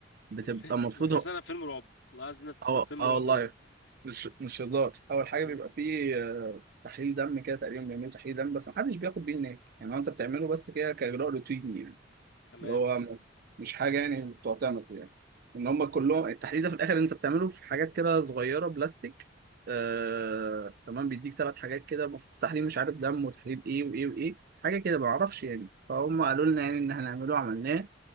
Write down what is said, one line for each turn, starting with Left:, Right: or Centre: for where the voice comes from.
Right: بتبقى
Left: <laughs>
Right: المفروض
Left: ما أنا حاسس ان انا في فيلم رعب والله عايز إن أنا
Right: اه
Left: في فيلم
Right: اه
Left: رعب
Right: والله
Left: دلوقتي
Right: مش مش هزار اول حاجه
Left: امم
Right: بيبقى فيه آه، تحليل دم كده تقريبا بيعملوا تحليل دم بس محدش بياخد بيه هناك يعني هو انت بتعمله بس كده كاجراء روتيني يعني
Left: تمام
Right: اللي هو م- مش حاجه يعني تعتمد يعني ان هم كلهم التحليل ده في الاخر انت بتعمله في حاجات كده صغيره بلاستيك آه... تمام بيديك ثلاث حاجات كده مف- تحليل مش عارف دم وتحليل ايه وايه وايه حاجه كده ما اعرفش يعني فهم قالوا لنا يعني ان احنا هنعمله عملناه